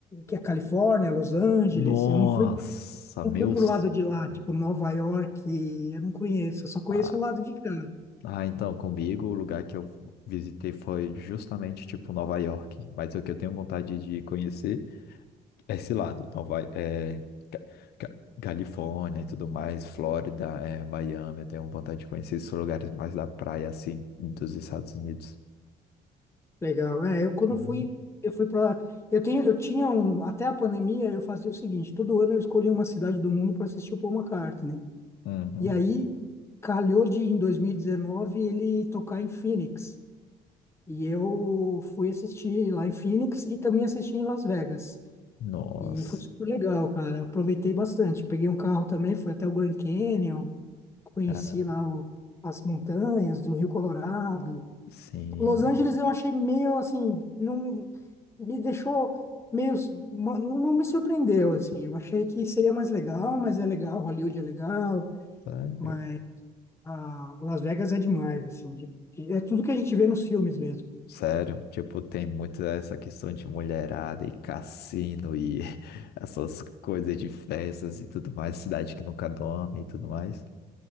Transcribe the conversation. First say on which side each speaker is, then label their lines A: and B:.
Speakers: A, on the left (about 15°); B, on the left (about 70°).
A: que é Califórnia, Los Angeles.
B: Nossa,
A: Eu não fui, não
B: meus.
A: fui pro lado de lá,
B: né?
A: tipo Nova York, eu não conheço, eu só conheço
B: Ah,
A: o lado de cá.
B: Ah, então, comigo, o lugar que eu visitei foi justamente, tipo, Nova York. Mas o que eu tenho vontade de conhecer é esse lado, Nova, é, Ca- Ca- Califórnia e tudo mais, Flórida, é, Miami. Eu tenho vontade de conhecer esses lugares mais da praia, assim, dos Estados Unidos.
A: Legal. É, eu quando
B: Uhum.
A: fui, eu fui para eu tenho, eu tinha um, até a pandemia eu fazia o seguinte, todo ano eu escolhia uma cidade do mundo para assistir o Paul McCartney.
B: Uhum.
A: E aí calhou de em 2019 ele tocar em Phoenix. E eu fui assistir lá em Phoenix e também assisti em Las Vegas.
B: Nossa,
A: E foi super legal, cara. Aproveitei bastante. Peguei um carro também, fui até o Grand Canyon, conheci
B: cara,
A: lá o- as montanhas do Rio Colorado.
B: sim.
A: Los Angeles eu achei meio assim, não me deixou meio, ma- não não me surpreendeu assim. Eu achei que seria mais legal, mas é legal, Hollywood é legal,
B: sério.
A: mas a Las Vegas é demais assim. de- de- É tudo que a gente vê nos filmes mesmo.
B: Sério, tipo, tem muito essa questão de mulherada e cassino e <laughs> essas coisas de festas e tudo mais, cidade que nunca dorme e tudo mais.